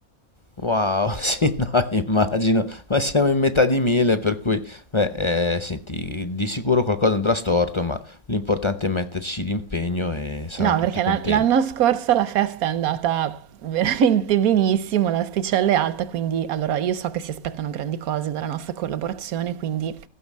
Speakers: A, on the left (about 30°); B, on the right (about 85°).
A: Wow, <laughs> sì, no, immagino, ma siamo in metà di mille, per cui, beh, eh, senti, di sicuro qualcosa andrà storto, ma l'importante è metterci d'impegno e saranno
B: No,
A: tutti
B: perché
A: contenti.
B: l'an- l'anno scorso la festa è andata veramente benissimo, l'asticella è alta, quindi allora io so che si aspettano grandi cose dalla nostra collaborazione, quindi